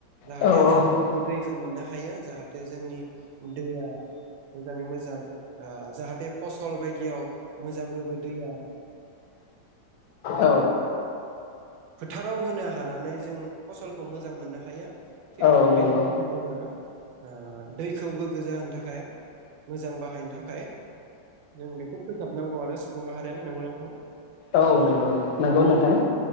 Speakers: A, on the right; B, on the left.
A: जाहाथे
B: औ
A: जों गोग्गो दैखौ मोननो हायो जाहाथ थे जोंनि दैया मोजाङै मोज जां ओ जाहाथे फसल बाय दियाव मोजां गोग्गो दैया
B: औ
A: फोथाराव होनो हानानै जों फसलखौ मोजां मोननो हायो। थिग
B: औ नंगौ
A: बेनि थाखाय जोङो ओ दैखौ गोग्गो जाहोनो थाखाय मोजां बाह बाहायनो थाखाय जों बेखौ फोसाबनांगौ आरो सुबुं माहारियानो नोंगौ ना नोंथां।
B: औ नंगौ नंगौ नोंथां